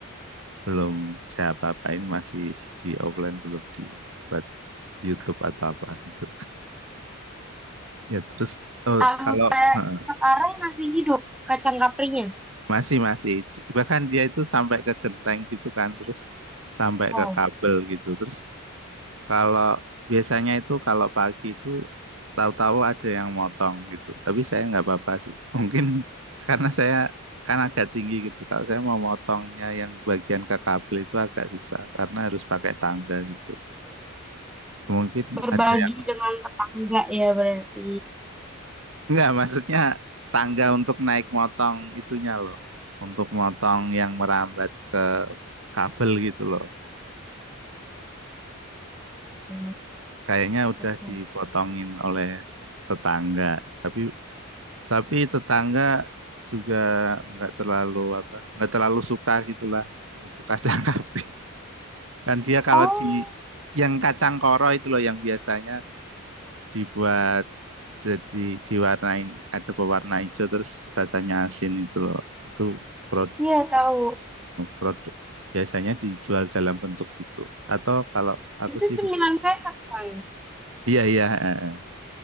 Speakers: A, on the right (about 65°); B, in the centre.
A: belum saya apa-apain, masih di offline, belum dibuat YouTube atau apa gitu. Ya terus oh,
B: Sampai
A: kalau heeh,
B: sekarang masih hidup kacang kaprinya.
A: masih masih bahkan dia itu sampai ke genteng gitu kan, terus sampai
B: Wow,
A: ke kabel gitu, terus Kalau biasanya itu kalau pagi itu tahu-tahu ada yang motong gitu. Tapi saya nggak apa-apa sih. <laughs> Mungkin karena saya kan agak tinggi gitu. Kalau saya mau motongnya yang bagian ke kabel itu agak susah karena harus pakai tangga gitu. Mungkin
B: berbagi
A: ada yang
B: dengan tetangga ya berarti.
A: <laughs> nggak maksudnya tangga untuk naik motong itunya loh. Untuk motong yang merambat ke kabel gitu loh.
B: Oke,
A: Kayaknya udah
B: oke.
A: dipotongin oleh tetangga. Tapi Tapi tetangga juga nggak terlalu apa, nggak terlalu suka gitulah untuk kacang <laughs> kapril. Dan dia kalau
B: Oh,
A: di yang kacang koro itu loh yang biasanya dibuat jadi diwarnain ada pewarna hijau terus rasanya asin itu loh. Itu produk,
B: iya tahu.
A: produk biasanya dijual dalam bentuk gitu. Atau kalau aku
B: Itu
A: sih
B: cemilan
A: bisa.
B: sehat kan?
A: Iya iya. eh, eh.